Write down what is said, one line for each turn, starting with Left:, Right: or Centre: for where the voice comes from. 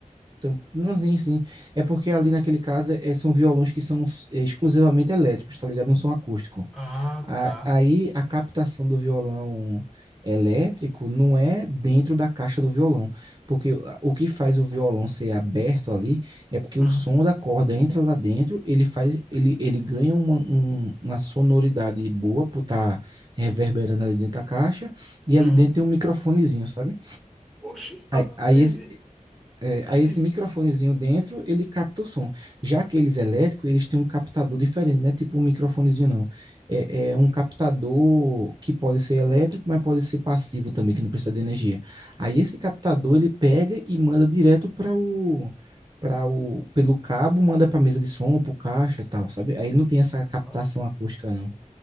Right: tam- Não, sim, sim. É porque ali naquele caso é- são violões que são é, exclusivamente elétricos, tá ligado? Não são acústicos.
Centre: Ah,
Right: A-
Centre: tá.
Right: Aí a captação do violão elétrico não é dentro da caixa do violão, porque o o que faz o violão ser aberto ali é porque o
Centre: Aham,
Right: som da corda entra lá dentro, ele faz, ele, ele ganha uma, um- uma sonoridade boa por estar reverberando ali dentro da caixa, e ali
Centre: aham.
Right: dentro tem um microfonezinho, sabe?
Centre: Oxi,
Right: Aí,
Centre: a...
Right: aí
Centre: vê-
Right: esse,
Centre: vê-
Right: é, aí esse
Centre: se...
Right: microfonezinho dentro, ele capta o som. Já aqueles elétricos, eles têm um captador diferente, não é tipo um microfonezinho, não. É, é um captador que pode ser elétrico, mas pode ser passivo também, que não precisa de energia. Aí esse captador, ele pega e manda direto para o, para o, pelo cabo, manda para a mesa de som, para o caixa e tal, sabe? Aí não tem essa captação
Centre: ah.
Right: acústica, não.